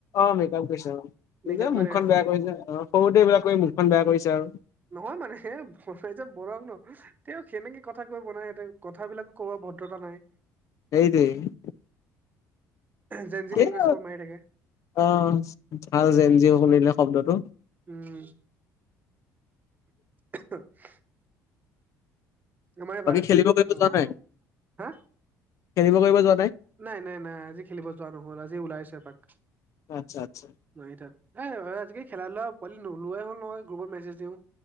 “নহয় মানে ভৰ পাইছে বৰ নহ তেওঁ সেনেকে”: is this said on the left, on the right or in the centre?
Right